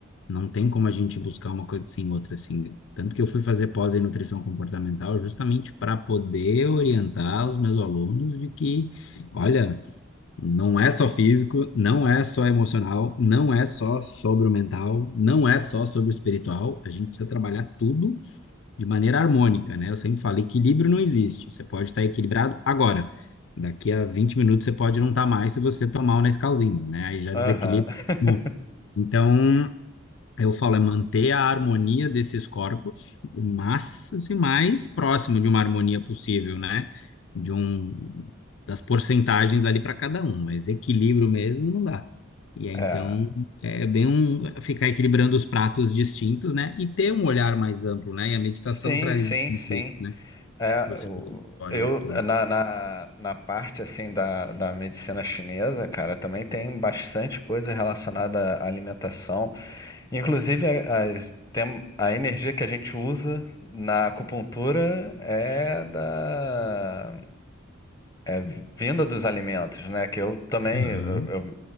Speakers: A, on the left (about 60°); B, on the left (about 15°).
A: Não tem como a gente buscar uma coisa sem outra, assim. Tanto que eu fui fazer pós em nutrição comportamental justamente para poder orientar os meus alunos de que, olha, não é só físico, não é só emocional, não é só sobre o mental, não é só sobre o espiritual. A gente precisa trabalhar tudo de maneira harmônica, né? Eu sempre falo, equilíbrio não existe. Você pode estar equilibrado agora. Daqui a 20 minutos você pode
B: Hum.
A: não estar mais se você tomar o Nescauzinho, né? Aí já
B: Aham.
A: desequilibra.
B: <laughs>
A: Bom, então, eu falo, é manter a harmonia desses corpos o máximo e mais próximo de uma harmonia possível, né? De um das porcentagens ali para cada um, mas equilíbrio mesmo não dá. E aí,
B: É.
A: então é bem um ficar equilibrando os pratos distintos, né? E ter um olhar mais amplo, né? E a meditação
B: Sim,
A: traz
B: sim,
A: muito
B: sim.
A: isso, né?
B: É,
A: Você
B: o-
A: olha o auditório
B: eu
A: de todo.
B: na, na, na parte assim da, da medicina chinesa, cara, também tem bastante coisa relacionada à alimentação, inclusive a- as, tem, a energia que a gente usa na acupuntura é da é vinda dos alimentos, né? Que eu também
A: Aham,
B: eu, eu